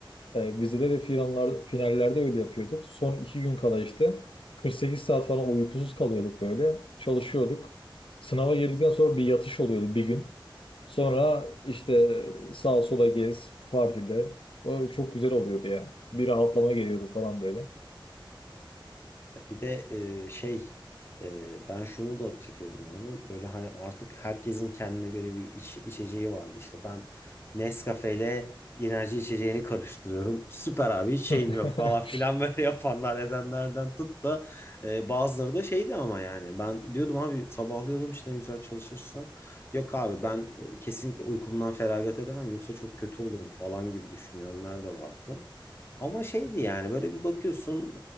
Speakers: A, on the left; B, on the left.
A: e, bizde de finaller, finallerde öyle yapıyorduk. Son iki gün kala işte 48 saat falan uykusuz kalıyorduk böyle. Çalışıyorduk. Sınava girdikten sonra bir yatış oluyordu bir gün. Sonra işte sağa sola gez partide. O çok güzel oluyordu ya. Bir rahatlama geliyordu falan böyle.
B: Bir de e, şey e, ben şunu da hatırlıyorum abi. Böyle hani artık herkesin kendine göre bir iç, içeceği vardı. İşte ben Nescafe ile enerji içeceğini karıştırıyorum. Süper abi hiç
A: <laughs>
B: şeyim yok falan filan böyle <laughs> yapanlar edenlerden tut da e, bazıları da şeydi ama yani ben diyordum abi sabahlıyordum işte ne güzel çalışırsan. Yok abi ben e, kesinlikle uykumdan feragat edemem yoksa çok kötü olurum falan gibi düşünenler de vardı. Ama şeydi yani böyle bir bakıyorsun